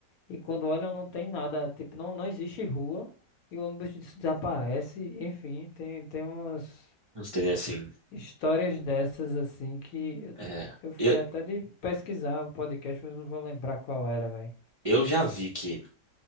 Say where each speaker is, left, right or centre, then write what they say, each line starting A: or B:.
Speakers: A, on the left; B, on the right.
A: e quando olham não tem nada, tipo não não existe rua e o ônibus des- desaparece, enfim, tem tem umas
B: Uns trem assim.
A: histórias dessas assim que eu,
B: É.
A: eu fiquei
B: Eu,
A: até de pesquisar o podcast, mas não vou lembrar qual era, velho.
B: eu já vi que